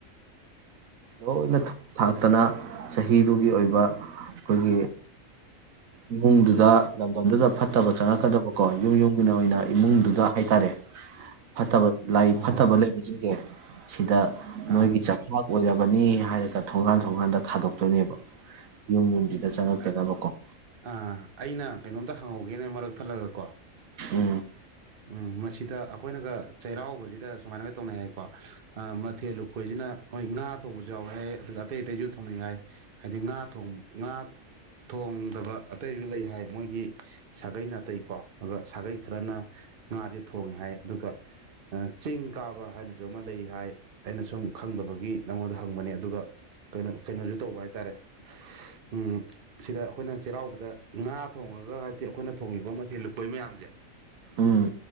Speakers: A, on the right; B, on the right.
A: ꯂꯣꯏꯅ ꯊꯥꯛꯇꯅ ꯆꯍꯤꯗꯨꯒꯤ ꯑꯣꯏꯕ ꯑꯩꯈꯣꯏꯒꯤ ꯏꯃꯨꯡꯗꯨꯗ ꯂꯝꯗꯝꯗꯨꯗ ꯐꯠꯇꯕ ꯆꯪꯉꯛꯀꯗꯕꯀꯣ ꯌꯨꯝ ꯌꯨꯝꯒꯤ ꯑꯣꯏꯅ ꯏꯃꯨꯡꯗꯨꯗ ꯍꯥꯏ ꯇꯔꯦ ꯐꯠꯇꯕ ꯂꯥꯏꯛ
B: ꯑꯣ
A: ꯐꯠꯇꯕ ꯂꯩꯕꯁꯤꯡꯁꯦ ꯁꯤꯗ
B: ꯑꯥ
A: ꯅꯣꯏꯒꯤ ꯆꯥꯛ ꯑꯣꯏꯔꯕꯅꯤ ꯍꯥꯏꯔꯒ ꯊꯣꯡꯒꯥꯟ ꯊꯣꯡꯒꯥꯟꯗ ꯊꯥꯗꯣꯛꯇꯣꯏꯅꯦꯕ ꯌꯨꯝ ꯌꯨꯝꯁꯤꯗ ꯆꯪꯉꯛꯇꯅꯕꯀꯣ
B: ꯑꯩ ꯑꯥ ꯑꯩꯅ ꯀꯩꯅꯣꯝꯇ ꯍꯪꯍꯧꯒꯦꯅꯦ ꯃꯔꯛ ꯊꯜꯂꯒ ꯀꯣ
A: ꯎꯝ
B: ꯎꯝ ꯃꯁꯤꯗ ꯑꯩꯈꯣꯏꯅꯒ ꯆꯩꯔꯥꯎꯕꯁꯤꯗ ꯁꯨꯃꯥꯏꯅꯒ ꯇꯧꯅꯩ ꯍꯥꯏꯀꯣ ꯃꯊꯦꯜ ꯂꯨꯞꯄꯣꯏꯁꯤꯅ ꯃꯣꯏ ꯉꯥ ꯊꯣꯡꯕꯁꯨ ꯌꯥꯎꯋꯦ ꯍꯥꯏ ꯑꯗꯨꯒ ꯑꯇꯩ ꯑꯇꯩꯁꯨ ꯊꯣꯡꯅꯩ ꯍꯥꯏ ꯍꯥꯏꯗꯤ ꯉꯥ ꯉꯥ ꯊꯣꯡꯗꯕ ꯑꯇꯩꯁꯨ ꯂꯩ ꯍꯥꯏ ꯃꯣꯏꯒꯤ ꯁꯥꯒꯩ ꯅꯥꯇꯩꯀꯣ ꯑꯗꯨꯒ ꯁꯥꯒꯩ ꯈꯔꯅ ꯉꯥꯁꯦ ꯊꯣꯡꯉꯦ ꯍꯥꯏ ꯑꯗꯨꯒ ꯆꯤꯡ ꯀꯥꯕ ꯍꯥꯏꯅꯁꯨ ꯑꯃ ꯂꯩ ꯍꯥꯏ ꯑꯩꯅ ꯁꯨꯝ ꯈꯪꯗꯕꯒꯤ ꯅꯉꯣꯟꯗ ꯍꯪꯕꯅꯦ ꯑꯗꯨꯒ ꯀꯩꯅꯣ ꯀꯩꯅꯣꯁꯨ ꯇꯧꯕ ꯍꯥꯏꯇꯥꯔꯦ ꯎ ꯁꯤꯗ ꯑꯩꯈꯣꯏꯅ ꯆꯩꯔꯥꯎꯕꯗ ꯉꯥ ꯊꯣꯡꯉꯒ ꯍꯥꯏꯗꯤ ꯑꯩꯈꯣꯏꯅ ꯊꯣꯡꯉꯤꯕ ꯃꯊꯦꯜ ꯂꯨꯄꯒꯤ ꯃꯌꯥꯝꯁꯦ
A: ꯎꯝ